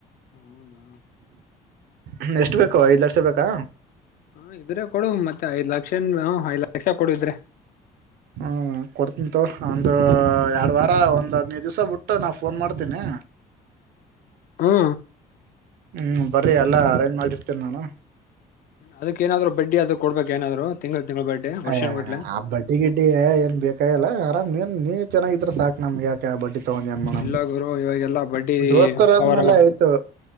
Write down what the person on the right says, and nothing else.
ಹ್ಮ ಎಷ್ಟು ಬೇಕು ಐದ್ ಲಕ್ಷ ಬೇಕಾ
ಹ್ಮ ಕೊಡ್ತಂತು ಒಂದು ಎರಡ್ ವಾರ ಒಂದ್ ಹದ್ನೈದು ದಿವ್ಸ ಬಿಟ್ಟು ನಾ ಫೋನ್ ಮಾಡ್ತೇನಿ
ಹ್ಮ್ ಎಲ್ಲಾ ಅರೇಂಜ್ ಮಾಡಿರ್ತೇನೆ ನಾನು
ಅಯ
ಆ ಬಡ್ಟ್ಟಿ ಗಿಡ್ಡ ಏನ್ ಬೇಕಾಗಲ್ಲ ನೀನ್ ನೀನ್ ಚೆನ್ನಾಗಿದ್ರೆ ಸಾಕ ನಮ್ ಯಾಕೆ ಬಡ್ಡಿ ತನ್ ಮಾಡ
ದೋಸ್ತರ ಆದ್ಮೇಲೆ
ಆಯ್ತು